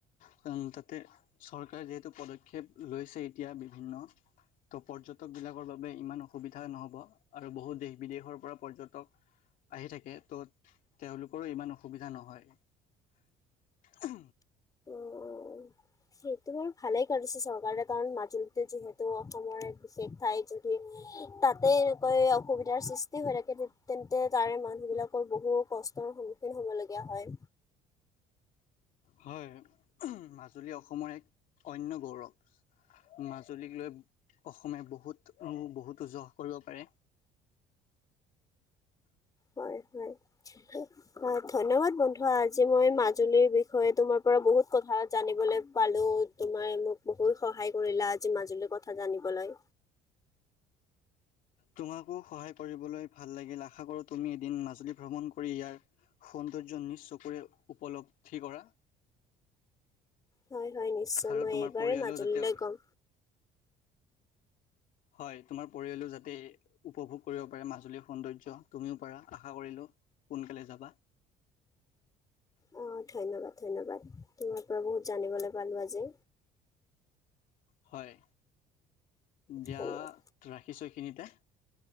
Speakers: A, on the left; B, on the left.
A: কিয়নো তাতে চৰকাৰে যিহেতু পদক্ষেপ লৈছে এতিয়া বিভিন্ন। ত' পৰ্যটক বিলাকৰ বাবে ইমান অসুবিধা নহ'ব আৰু বহুত দেশ-বিদেশৰ পৰা পৰ্যটক আহি থাকে, ত' তেওঁলোকৰো ইমান অসুবিধা নহয়।
B: অ', সেইটো বাৰু ভালেই কৰিছে চৰকাৰে কাৰণ মাজুলীতটো যিহেতু অসমৰ এক বিশেষ ঠাই যদি, তাতে এনেকৈ অসুবিধাৰ সৃষ্টি হৈ থাকে তে তেন্তে তাৰে মানুহবিলাক কৰ বহু কষ্টৰ সন্মুখীন হ'বলগীয়া হয়।
A: হয়। উহ্ মাজ মাজুলী অসমৰ এক অন্য গৌৰৱ, মাজুলীক লৈ অসমে বহুত-বহুতো যহ কৰিব পাৰে।
B: হয়-হয়। হয়, ধন্যবাদ বন্ধু আজি মই মাজুলীৰ বিষয়ে তোমাৰ পৰা বহুত কথা জানিবলে পালো। তুমাৰ মোক বহুত সহায় কৰিলা আজি মাজুলীৰ কথা জানিবলৈ।
A: তোমাকো সহায় কৰিবলৈ ভাল লাগিল। আশা কৰো, তুমি এদিন মাজুলী ভ্ৰমণ কৰি ইয়াৰ সৌন্দৰ্য নিজ চকুৰে উপলব্ধি কৰা।
B: হয়, হয়, নিশ্চয়।
A: আৰু
B: মই
A: তোমাৰ
B: এইবাৰ
A: পৰিয়ালেও
B: মাজুলীলৈ
A: যাতে
B: গম
A: হয়, তোমাৰ পৰিয়ালো যাতে উপভোগ কৰিব পাৰে মাজুলীৰ সৌন্দৰ্য। তুমিও পাৰা, আশা কৰিলোঁ সোনকালে যাবা।
B: অ, ধন্যবাদ-ধন্যবাদ। তোমাৰ পৰা বহুত জানিবলে পালো আজি।
A: হয়। দিয়া
B: ধন্যবাদ।
A: ৰাখিছো। এইখ খিনিতে।